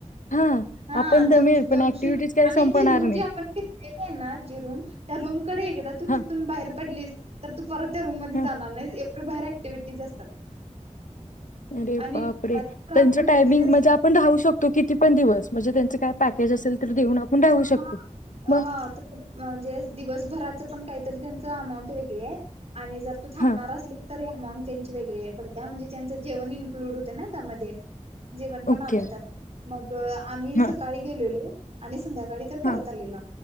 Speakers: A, on the left; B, on the right.
A: हां,
B: हा
A: आपण दमेल
B: दम
A: पण
B: दमशील
A: ॲक्टिव्हिटीज काही
B: आणि
A: संपणार
B: ती रूम
A: नाही.
B: जी आपण घेत लेली हाय ना जी रूम त्या रूमकडे एकदा तू
A: हां,
B: तिथून बाहेर पडलीस तर तू परत त्या रूममधे
A: हां.
B: जाणार नाहीस एवढे बाहेर ऍक्टिव्हटीज असतात
A: अरे
B: आणि
A: बाप रे
B: भारी
A: त्यांचं टायमिंग
B: असते
A: म्हणजे आपण राहू शक तो किती पण दिवस म्हणजे त्यांचं काय पॅकेज असेल तर देऊन आपण राहू शकतो
B: हा हा
A: मग
B: म्हणजे दिवसभराचं पण काहीतरी त्यांच अमाऊंट वेगळे आहे आणि जर तू थांबणार
A: हां,
B: असस तरी अमाऊंट त्यांची वेगळी आहे पडते. त्या म्हणजे त्यांचं जेवण इन्क्लूड होत ना त्यामध्ये जेवण पण
A: ओके.
B: आलं त्यात मग आम्ही
A: हां,
B: सकाळी गेलेलो आणि संध्याकाळी तर परत
A: हां.
B: आलेल